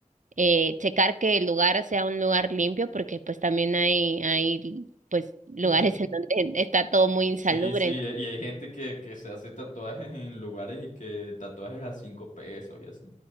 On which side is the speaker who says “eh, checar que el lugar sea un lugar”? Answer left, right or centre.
Right